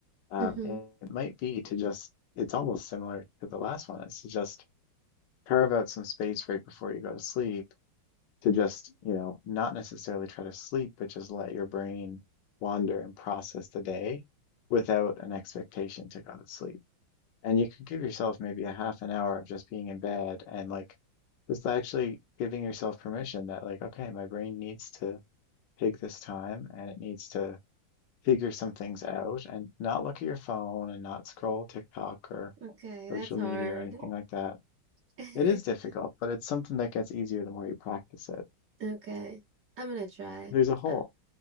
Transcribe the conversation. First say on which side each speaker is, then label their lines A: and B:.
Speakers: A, on the left (about 65°); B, on the right (about 55°).
A: um,
B: Mm-hmm.
A: it, it might be to just, it's almost similar to the last one. It's to just carve out some space right before you go to sleep to just, you know, not necessarily try to sleep, but just let your brain wander and process the day without an expectation to go to sleep. And you could give yourself maybe a half an hour of just being in bed and like just actually giving yourself permission that, like, okay, my brain needs to take this time and it needs to figure some things out and not look at your phone and not scroll TikTok or
B: Okay,
A: social
B: that's hard.
A: media or anything like that.
B: <laughs>
A: It is difficult, but it's something that gets easier the more you practice it.
B: Okay. I'm gonna try.
A: There's a whole
B: Uh,